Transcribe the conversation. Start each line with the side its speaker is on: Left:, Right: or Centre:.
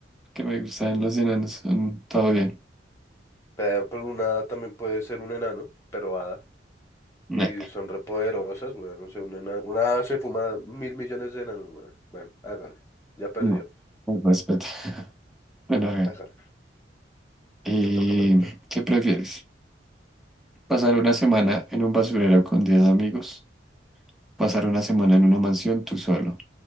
Centre: Que me gustan los enanos. mm, Todo bien.
Left: Pear por una hada también puede ser un enano, pero hada.
Centre: No,
Left: Y son repoderosas, güey. No sé, una, ena- una hada se fuma mil millones de enanos, güey. Bueno, hágale. Ya perdió.
Centre: no. Con respeto. <laughs> Bueno, hágale.
Left: Hágale.
Centre: ¿Y
Left: Le toca preguntar.
Centre: qué prefieres? ¿Pasar una semana en un basurero con 10 amigos? ¿Pasar una semana en una mansión tú solo?